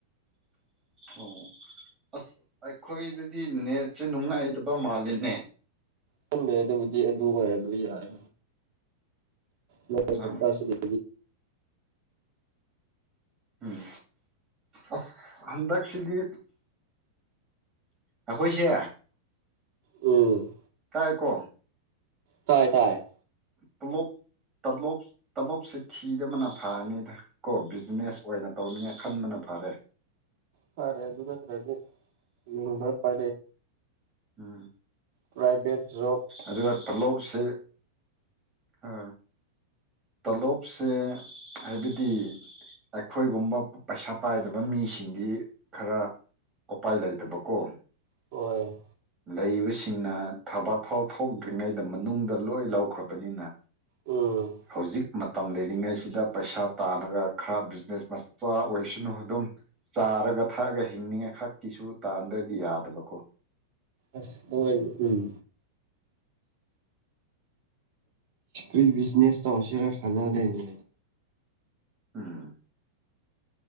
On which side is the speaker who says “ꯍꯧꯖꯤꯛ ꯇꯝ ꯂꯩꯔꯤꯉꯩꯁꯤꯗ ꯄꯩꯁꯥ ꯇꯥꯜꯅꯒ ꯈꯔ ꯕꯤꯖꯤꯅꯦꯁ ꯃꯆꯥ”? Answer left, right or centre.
Right